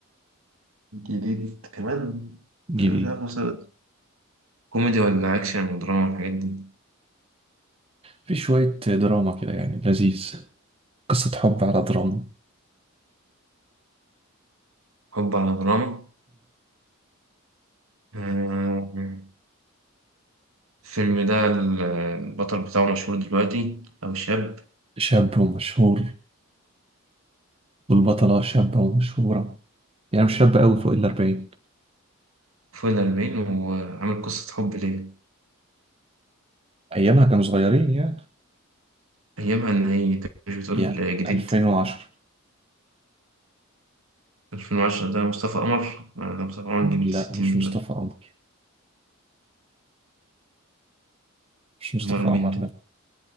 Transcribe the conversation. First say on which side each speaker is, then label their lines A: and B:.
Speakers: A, on the right (about 70°); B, on the right (about 25°).
A: جديد كمان
B: جديد
A: أنا مش عارف مسلسل كوميدي ولا أكشن ودراما والحاجات دي
B: في شوية دراما كده يعني لذيذ قصة حب على دراما
A: حب على دراما آه، الفيلم ده ال- البطل بتاعه مشهور دلوقتي أو شاب
B: شاب ومشهور والبطلة شابة ومشهورة يعني مش شابة أوي فوق الأربعين
A: فوق الأربعين وعامل قصة حب ليه
B: أيامها كانوا صغيرين يعني
A: أيامها إن هي أنت مش بتقول
B: يعني
A: جديد
B: 2010
A: 2010 ده مصطفى قمر آه، ده مصطفى قمر جميل
B: لا
A: 60
B: مش مصطفى
A: دلوقتي
B: قمر مش مصطفى
A: أمال مين
B: قمر
A: ده؟